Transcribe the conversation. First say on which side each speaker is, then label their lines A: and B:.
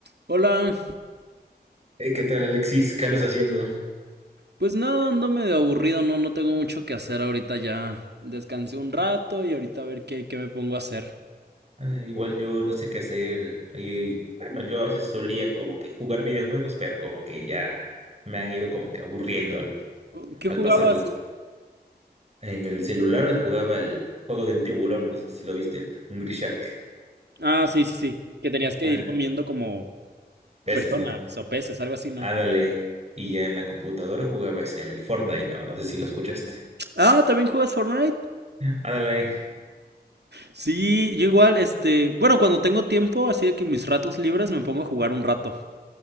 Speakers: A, on the right; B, on the right.
A: Hola,
B: Hey, ¿qué tal, Alexis? ¿Qué andas haciendo?
A: pues nada, ando medio aburrido, no, no tengo mucho que hacer ahorita ya. Descansé un rato y ahorita a ver qué, qué me pongo a hacer.
B: Ah, igual yo no sé qué hacer. Ahí, bueno, yo a veces solía como que jugar videojuegos, pero como que ya me han ido como que aburriendo al,
A: Uh, ¿Qué
B: al
A: jugabas?
B: pasar del... En el celular jugaba el juego del tiburón, no sé si lo viste, el Hungry Shark.
A: Ah, sí, sí, sí, que tenías que
B: Ah,
A: ir comiendo como
B: peces,
A: personas
B: ¿no?
A: o peces, algo así, ¿no?
B: Ándale. Y ya en la computadora jugaba ese, el Fortnite, ¿no? No sé si lo escuchaste.
A: Ah, ¿también juegas Fortnite?
B: Ándale,
A: Sí, yo igual, este, bueno, cuando tengo tiempo, así de que mis ratos libres me pongo a jugar un rato.